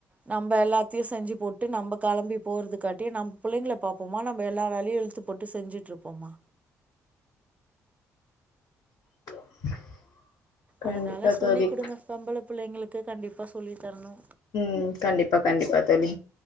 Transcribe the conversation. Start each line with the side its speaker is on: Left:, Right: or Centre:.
Right: நம்ம எல்லாத்தையு செஞ்சு போட்டு நம்ம கிளம்பி போறதுக்காட்டியு நம்ம புள்ளைங்கள பாப்போமா நம்ம எல்லா வேலையு இழுத்து போட்டு செஞ்சுட்டு இருப்போமா
Left: <inaudible> கண்டிப்பா
Right: அதனால சொல்லி
Left: தோழி
Right: கொடுங்க பொம்பள புள்ளைங்களுக்கு கண்டிப்பா சொல்லி தர்ணு
Left: உம் கண்டிப்பா கண்டிப்பா தோழி